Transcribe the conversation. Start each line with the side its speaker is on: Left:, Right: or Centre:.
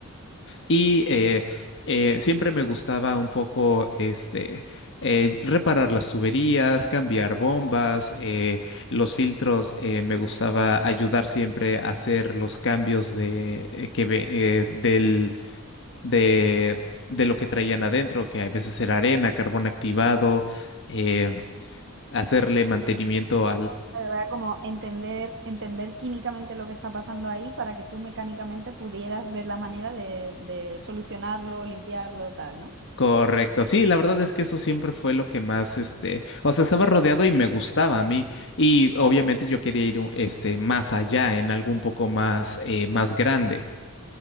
Left: Y eh, eh, siempre me gustaba un poco este eh, reparar las tuberías, cambiar bombas, eh, los filtros. eh, me gustaba ayudar siempre a hacer los cambios de eh, que ve- eh, del de de lo que traían adentro, que a veces era arena, carbón activado, eh, hacerle mantenimiento
Right: Pero era como entender, entender químicamente lo que está pasando ahí para que tú mecánicamente pudieras ver la manera de, de solucionarlo, limpiarlo, tal, ¿no?
Left: Correcto, sí, la verdad es que eso siempre fue lo que más, este, o sea, estaba rodeado y me gustaba a mí. Y obviamente yo quería ir, un- este, más allá, en algo un poco más, eh, más grande.